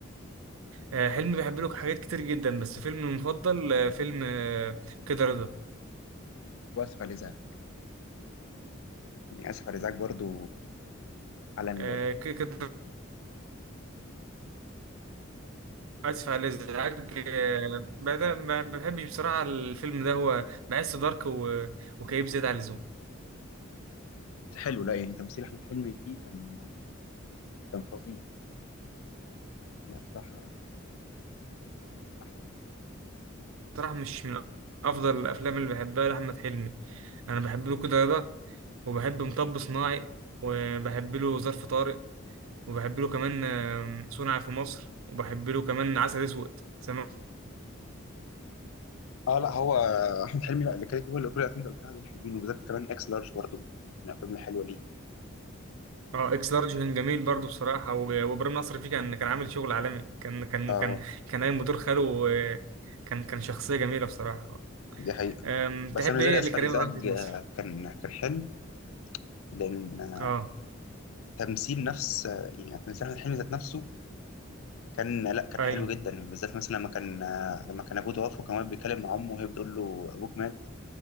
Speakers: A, on the right; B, on the left.
A: آه، حلمي بيحب له حاجات كتير جدا بس فيلم المفضل آه، فيلم آه، كده رضا
B: واسف على الازعاج يعني اسف على الازعاج برضه عالمي
A: آه،
B: برضه
A: كده اسف على الازعاج آه، بدأ ما ما بحبش بصراحه الفيلم ده هو بحسه دارك و- وكئيب زياده عن اللزوم
B: حلو لا يعني تمثيل احمد حلمي فيه كان كان فظيع لا بصراحه من احلى الافلام
A: بصراحه مش من افضل الافلام اللي بحبها لاحمد حلمي انا بحب له كده رضا وبحب مطب صناعي وبحب له ظرف طارق وبحب له كمان آه، صنع في مصر وبحب له كمان عسل اسود سمعت
B: اه لا هو احمد حلمي لا اللي كده كل كل الافلام اللي قلتها دول حلوين وبالذات كمان اكس لارج برضه من الافلام الحلوه ليه
A: اه اكس لارج كان جميل برضو بصراحه و- وابراهيم نصر فيه كان كان عامل شغل عالمي كان كان
B: اه
A: كان كان قايم بدور خاله آه، كان كان شخصيه جميله بصراحه
B: دي حقيقه
A: أم، تحب
B: بس انا زي
A: ايه
B: اسف
A: لكريم
B: على الازعاج
A: عبد العزيز
B: آه،
A: مثلا
B: كان كان حلو لان آه،
A: اه
B: تمثيل نفس آه، يعني تمثيل احمد حلمي ذات نفسه كان لا كان
A: ايوه
B: حلو جدا بالذات مثلا لما كان آه، لما كان ابوه توفى وكان واقف بيتكلم مع امه وهي بتقول له ابوك مات